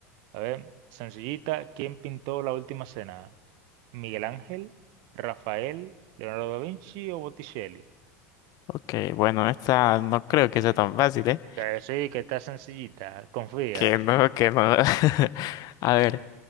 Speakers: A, on the right; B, on the left.
A: A ver, sencillita, ¿quién pintó la última cena? ¿Miguel Ángel, Rafael, Leonardo da Vinci o Botticelli?
B: Ok, bueno, esta no creo que sea tan fácil, ¿eh?
A: Que sí, que está sencillita, confía.
B: Que no, que no. <laughs> A ver,